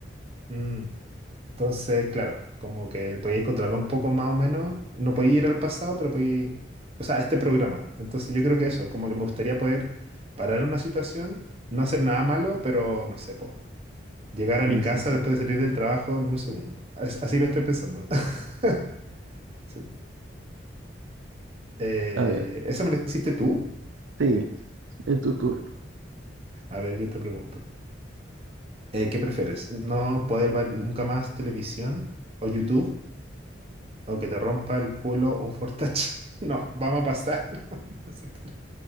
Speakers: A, on the right; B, on the right.
A: mm, entonces claro, como que podía encontrarlo un poco más o menos, no podía ir al pasado, pero podía ir, o sea, a este programa. Entonces yo creo que eso, como que me gustaría poder parar una situación, no hacer nada malo, pero no sé, po, llegar a
B: Sí,
A: mi casa
B: sí, sí.
A: después de salir del trabajo en un segundo. As- Así lo estoy pensando. <laughs> Sí. Eh,
B: A ver,
A: ¿eso me lo hiciste tú?
B: sí, es tu tour.
A: A ver, yo te pregunto. Eh, ¿qué prefieres? ¿No poder ver nunca más televisión o YouTube o que te rompa el culo un fortach. <laughs> No, vamos a pasar. <laughs> No sé por